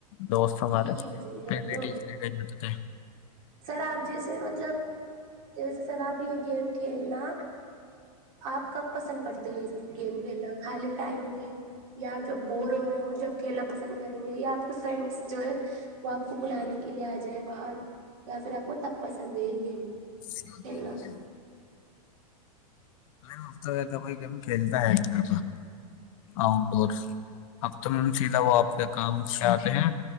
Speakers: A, on the left (about 60°); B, on the right (about 60°).
A: دوست ہمارے
B: جی جی یہی
A: پہلی
B: تو
A: ٹیمٹتے
B: سر آپ جیسے مطلب جیسے سر آپ یہ گیم کھیلنا آپ کب پسند کرتے ہیں اس گیم کھیلنا خالی ٹائم میں یا جب بور ہو رہے ہیں اور جب کھیلنا پسند کریں گے یا آپ کے فرینڈس جو ہے وہ آپ کو بلانے کے لیے آ جائیں باہر یا پھر آپ کو تب پسند ہے گیم
A: <unintelligible>
B: کھیلنا
A: نہیں اب تو ایسا کوئی گیم کھیلتا ہےا آؤٹ ڈور اب تو مم سیدھا وہ اپنے کام سے آتے ہیں